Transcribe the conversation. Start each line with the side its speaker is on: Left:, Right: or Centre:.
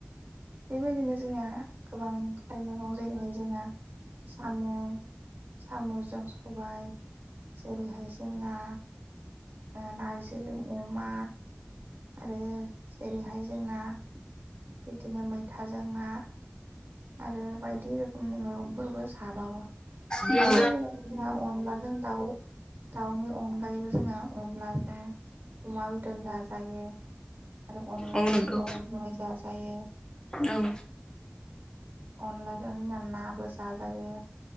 Right: बेबायदिनो जोंनिया गोबां खारै मैगं जेरैहाय जोंना साम' साम'जों सबाय जेरैहाय जोंना। ओ नारजिजों अमा आरो जेरैहाय जोंना बिदिनो मैथा जों ना आरो बायदि रोखोमनि मैगंफोरबो जाबावो।
Left: औ
Right: बेनि गेजेराव जोंहा अनलाजों दाउ दाउनि अनगायैबो जोंहा अनला ओमफाय अमा बेदर जाजायो। आरो अनलाजों
Left: औ नंगौ
Right: औवा मेवाय जाजायो।
Left: औ
Right: अनलाजों जोंनिया नाबो जाजायो।